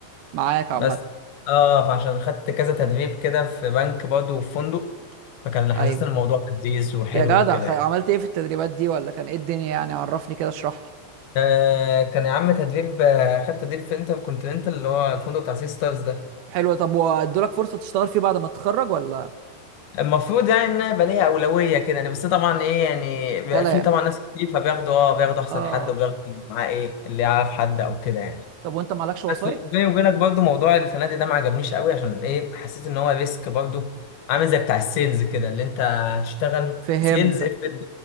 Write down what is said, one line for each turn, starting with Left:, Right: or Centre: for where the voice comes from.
Right: معاك عامة
Left: بس اه فعشان خدت كذا تدريب كده في بنك برضه وفي فندق فكان حاسس
Right: ايوه
Left: ان الموضوع لذيذ وحلو
Right: يا جدع
Left: وكده
Right: خ-
Left: يعني
Right: عملت ايه في التدريبات دي ولا كان ايه الدنيا يعني عرفني كده اشرح لي
Left: آه كان يا عم تدريب آه، خدت تدريب في انتر كونتيننتال اللي هو الفندق بتاع سي ستارز ده
Right: حلو طب وادولك فرصة تشتغل فيه بعد ما تتخرج ولا
Left: المفروض يعني ان انا يبقى ليا اولويه كده يعني بس طبعا ايه يعني بيبقى
Right: كلام
Left: في طبعا ناس كتير فبياخدوا اه بياخدوا احسن
Right: اه
Left: حد وبياخدوا معاه ايه اللي يعرف حد او كده يعني
Right: طب وانت مالكش وسايط
Left: بس بيني وبينك برضو موضوع الفنادق ده ما عجبنيش قوي عشان ايه حسيت ان هو ريسك برضو عامل زي بتاع السيلز كده اللي انت هتشتغل
Right: فهمتك
Left: سيلز افرض